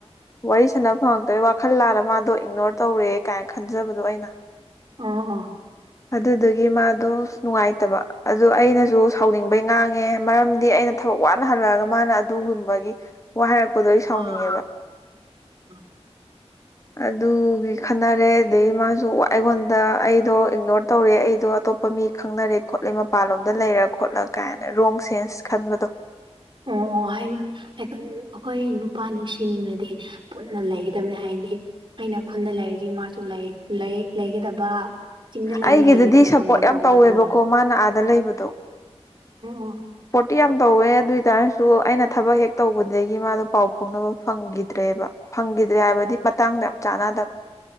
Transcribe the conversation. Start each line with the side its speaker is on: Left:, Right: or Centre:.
Left: ꯋꯥꯔꯤ ꯁꯥꯟꯅꯕ ꯐꯪꯉꯛꯇꯣꯏ ꯋꯥꯈꯜ ꯂꯥꯂ ꯃꯥꯗꯣ ꯏꯒꯅꯣꯔ ꯇꯧꯔꯦ ꯀꯥꯏꯅ ꯈꯟꯖꯕꯗꯣ ꯑꯩꯅ
Right: ꯑꯣ ꯑꯣ
Left: ꯑꯗꯨꯗꯨꯒꯤ ꯃꯥꯗꯣ ꯅꯨꯡꯉꯥꯏꯇꯕ ꯑꯗꯨ ꯑꯩꯅꯁꯨ ꯁꯥꯎꯅꯤꯡꯕꯩ ꯉꯥꯡꯉꯦ ꯃꯔꯝꯗꯤ ꯑꯩꯅ ꯊꯕꯛ ꯋꯥꯅ ꯍꯜꯂꯛꯑꯒ ꯃꯥꯅ ꯑꯗꯨꯒꯨꯝꯕꯒꯤ ꯋꯥ ꯍꯥꯏꯔꯛꯄꯗꯣ ꯑꯩ ꯁꯥꯎꯅꯤꯡꯉꯦꯕ
Right: ꯑꯥ <unintelligible>
Left: ꯑꯗꯨꯒꯤ ꯈꯟꯅꯔꯦ ꯑꯗꯗꯒꯤ ꯃꯥꯁꯨ ꯑꯩꯉꯣꯟꯗ ꯑꯩꯗꯣ ꯏꯛꯅꯣꯔ ꯇꯧꯔꯦ ꯑꯩꯗꯣ ꯑꯇꯣꯞꯄ ꯃꯤ ꯈꯪꯅꯔꯦ ꯈꯣꯠꯂꯦ ꯃꯄꯥꯟꯂꯣꯝꯗ ꯂꯩꯔ ꯈꯣꯠꯂ ꯀꯥꯏꯅ ꯔꯣꯡ ꯁꯦꯟꯁ ꯈꯟꯕꯗꯣ
Right: ꯑꯣ ꯑꯣ ꯍꯥꯏꯅꯤ ꯑꯩꯈꯣꯏ ꯅꯨꯄꯥ ꯅꯨꯡꯁꯤꯅꯤꯡꯅꯗꯤ ꯄꯨꯟꯅ ꯂꯩꯒꯗꯕꯅꯦ ꯍꯥꯏꯗꯤ ꯑꯩꯅ ꯈꯨꯟꯗ ꯂꯩꯔꯤꯗꯤ ꯃꯥꯁꯨ ꯂꯩ ꯂꯩꯒꯗꯕ ꯆꯤꯡꯗ ꯂꯩꯅꯤ
Left: ꯑꯩꯒꯤꯗꯗꯤ
Right: ꯂꯩꯒꯗꯕ ꯑꯗꯨꯃꯥꯏꯅ
Left: ꯁꯞꯄꯣꯔꯠ ꯌꯥꯝ
Right: ꯇꯧꯒꯗꯕꯒꯤ
Left: ꯇꯧꯋꯦꯕꯀꯣ ꯃꯥꯅ ꯑꯥꯗ ꯂꯩꯕꯗꯣ
Right: ꯎꯝ
Left: ꯤ ꯌꯥꯝ ꯇꯧꯋꯦ ꯑꯗꯨꯏ ꯇꯥꯔꯁꯨ ꯑꯩꯅ ꯊꯕꯛ ꯍꯦꯛ ꯇꯧꯕꯗꯒꯤ ꯃꯥꯗꯣ ꯄꯥꯎ ꯐꯥꯎꯅꯕ ꯐꯪꯈꯤꯗ꯭ꯔꯦꯕ ꯐꯪꯈꯤꯗ꯭ꯔꯦ ꯍꯥꯏꯕꯗꯤ ꯃꯇꯥꯡꯗ ꯌꯥꯝ ꯆꯥꯟꯅꯗꯕ